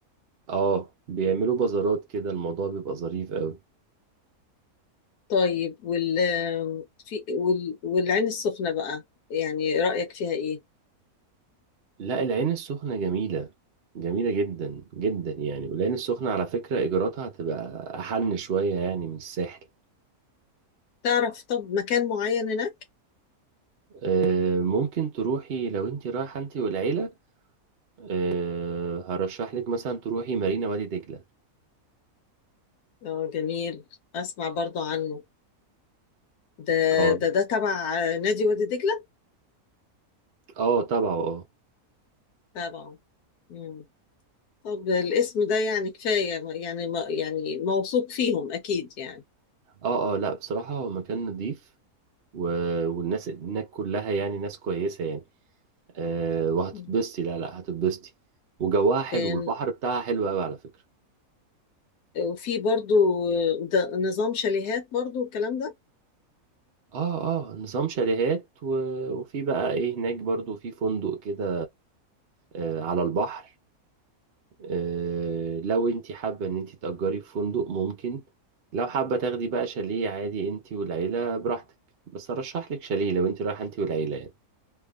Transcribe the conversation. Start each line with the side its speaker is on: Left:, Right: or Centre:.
Right: اه بيعملوا بازارات كده الموضوع بيبقى ظريف قوي
Left: طيب وال في وال... والعين السخنة بقى يعني رأيك فيها إيه؟
Right: لا العين السخنة جميلة جميلة جدا جدا يعني والعين السخنة على فكرة إيجاراتها هتبقى أحن شوية يعني من الساحل
Left: تعرف طب مكان معين هناك؟
Right: آه، ممكن تروحي لو انت رايحة انت والعيلة أه هرشح لك مثلا تروحي مارينا وادي دجلة
Left: اه جميل أسمع برضو عنه ده
Right: اه
Left: ده ده تبع نادي وادي دجلة؟
Right: اه تبعه اه
Left: تبعه مم. طب الاسم ده يعني كفاية يعني ما- يعني موثوق فيهم أكيد يعني
Right: اه اه لا بصراحة هو مكان نضيف و... والناس هناك كلها يعني ناس كويسة يعني أه وهتتبسطي
Left: مم.
Right: لا لا هتتبسطي وجواها حلو
Left: كان-
Right: والبحر بتاعها حلو قوي على فكرة
Left: وفي برضو ده نظام شاليهات برضو الكلام ده
Right: اه اه نظام شاليهات و... وفي بقى ايه هناك برضو في فندق كده أه على البحر آه، لو انت حابة ان انت تأجري في فندق ممكن لو حابة تاخدي بقى شاليه عادي انت والعيلة براحتك بس ارشح لك شاليه لو انت رايحة انت والعيلة يعني